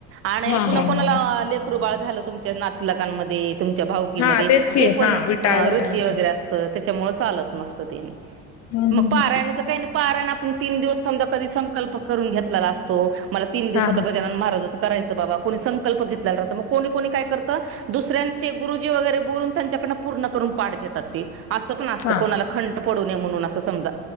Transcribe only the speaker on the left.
हा
हा
हा
हा तेच की
हा विटाळ
झाल्यानंतर
हम्म हम्म
हम्म
हा
हा